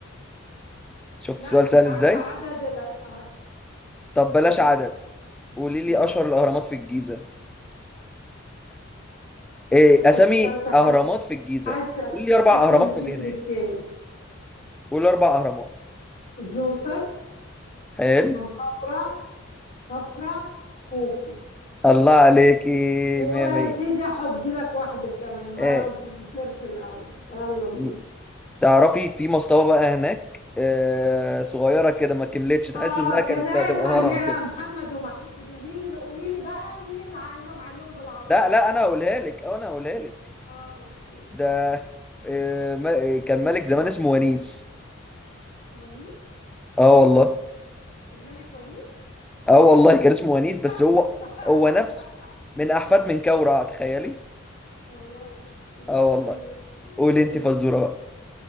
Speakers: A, in the centre; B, on the left.
A: شفت
B: لا
A: السؤال
B: انا مش
A: سهل ازاي
B: عارفه عدد لا أه،
A: طب بلاش
B: مش عارفه
A: عدد قولي
B: ها،
A: لي اشهر الاهرامات في الجيزة ايه
B: مش عارفه
A: اسامي
B: السؤال ده حاسه
A: اهرامات في الجيزة
B: حاسه
A: قولي لي اربع
B: حاسة
A: اهرامات
B: ان في
A: من اللي
B: تركايه
A: هناك قولي اربع اهرامات
B: زوسر
A: حلو
B: منقورة خفرة خوفو
A: الله عليكي
B: ويا
A: مية مية
B: سيدي هحط لك واحدة كمان هرم
A: ايه
B: سنترت الأول يلا بينا
A: م- تعرفي في مصطبة بقى هناك آه صغيرة كده ما كملتش تحس
B: اه
A: انها
B: كان
A: كانت
B: قاعد
A: هتبقى
B: عليها
A: هرم كده
B: محمد ومحمود قولي لي قولي لي بقى مين اللي عزم عليهم بالعصير
A: لا لا
B: لا
A: انا هقولها لك أه، انا هقولها لك
B: اه اوكي
A: ده آه، ما- كان ملك زمان اسمه ونيس
B: ونيس
A: اه والله
B: الملك ونيس
A: اه والله كان اسمه ونيس
B: عيسى
A: بس هو
B: <laughs>
A: هو نفسه من احفاد من كورة تخيلي
B: والله اوكي
A: اه والله قولي
B: ماشي
A: انت فزورة بقى